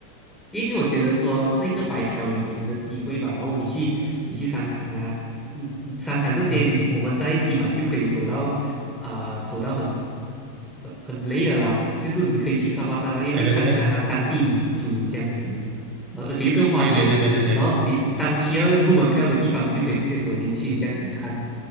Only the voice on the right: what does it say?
嗯，
对对对
对对对对对对对。